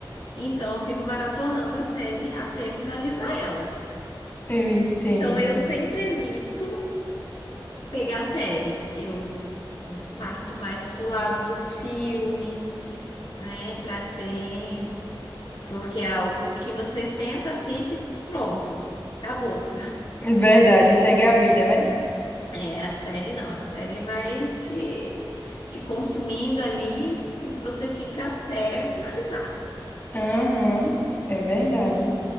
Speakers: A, on the left (about 85°); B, on the left (about 25°).
A: Então eu fico maratonando a série até finalizar ela.
B: Eu entendo.
A: Então eu sempre evito pegar série. Eu parto mais pro lado do filme, né, para ter, porque é algo que você senta, assiste, pronto, acabou.
B: Verdade, segue a vida, né?
A: É, a série não, a série vai te, te consumindo ali e você fica até finalizar.
B: Aham, é verdade.